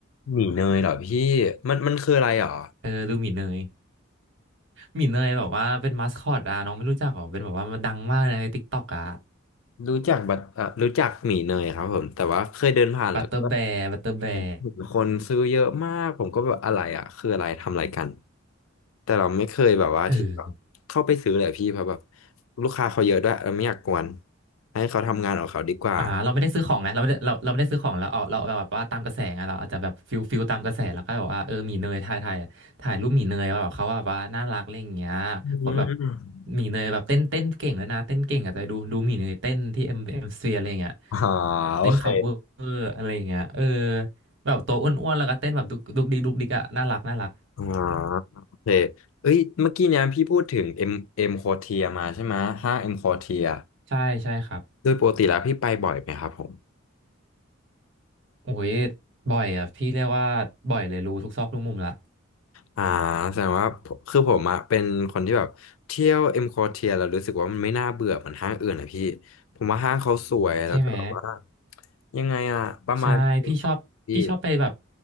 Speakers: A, on the left; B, on the right.
A: หมี่เนยเหรอพี่มันมันคืออะไรเหรอ
B: เออดูหมีเนยหมีเนยแบบว่าเป็นมาสคอตอ่ะน้องไม่รู้จักหรอเป็นแบบว่ามันดังมากในทิกตอกอ่ะ
A: รู้จักบัตอ่ะรู้จักหมี่เนยครับผมแต่ว่าเคยเดินผ่านแล้วก็
B: บัตเตอร์แบร์บัตเตอร์แบร์
A: เห็นคนซื้อเยอะมากผมก็แบบอะไรอ่ะคืออะไรทำอะไรกันแต่เราไม่เคยแบบว่าที่แบบเข้าไปซื้อเลยพี่เพราะแบบ
B: เออ
A: ลูกค้าเขาเยอะด้วยเราไม่อยากกวนให้เขาทำงานของเขาดีกว่า
B: อ่าเราไม่ได้ซื้อของไงเราไม่ได้เราเราไม่ได้ซื้อของเราเอาเราเราแบบว่าตามกระแสไงเราอาจจะแบบฟิลฟิลตามกระแสแล้วก็แบบว่าเออหมีเนยถ่ายถ่ายถ่ายรูปหมีเนยว่าแบบเขาว่าแบบว่าน่ารักอะไรอย่างเงี้ยคนแบบ
A: อืม
B: หมีเนยแบบเต้นเต้นเก่งแล้วนะเต้นเก่งอาจจะดูดูหมีเนยเต้นที่เอ็มเอ็มซีอะไรอย่างเงี้ย
A: อ๋อโอเค
B: เต้นคัฟเวอร์อะไรอย่างเงี้ยเออแบบตัวอ้วนๆแล้วก็เต้นแบบดุกดุกดิกดุกดิกอะน่ารักน่ารัก
A: อ๋อโอเคเอ้ยเมื่อกี้เนี่ยพี่พูดถึงเอ็มเอ็มโคเทียมาใช่ไหมห้างเอ็มโคเทีย
B: ใช่ใช่ครับ
A: โดยปกติแล้วพี่ไปบ่อยไหมครับผม
B: โอ้ยบ่อยอ่ะพี่เรียกว่าบ่อยเลยรู้ทุกซอกทุกมุมละ
A: อ่าแสดงว่าผมคือผมอะเป็นคนที่แบบเที่ยวเอ็มคอเทียแล้วรู้สึกว่ามันไม่น่าเบื่อเหมือนห้างอื่นอะพี่ผมว่าห้างเขาสวยแล้วก็แบบว่า
B: ใช่ไหม
A: ยังไงอะประมาณ
B: ใช่พี่ชอบพี่ชอบไปแบบ
A: พี่